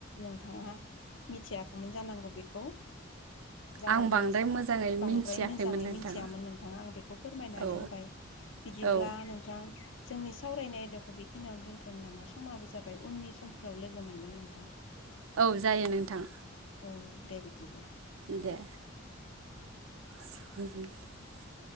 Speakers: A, on the left (about 75°); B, on the right (about 90°).
A: नोंथाङा मिथियाखैमोन जानांगौ बेखौ। जानांगौ
B: आं बांद्राय मोजाङै
A: बांद्राय
B: मिथियाखैमोन
A: मोजाङै
B: नोंथां
A: मिथियामोन नोंथाङा आं बेखौ फोरमायनानै
B: औ
A: होबाय। बिदिब्ला
B: औ
A: नोंथां जोंनि सावरायनाय आयदाखौ बेखिनियावनो दोन्थनो नामा समाबो जाबाय उननि समफोराव लोगो मोनगोन नोंथां।
B: औ जायो नोंथां।
A: औ दे बिदिब्ला
B: दे <unintelligible>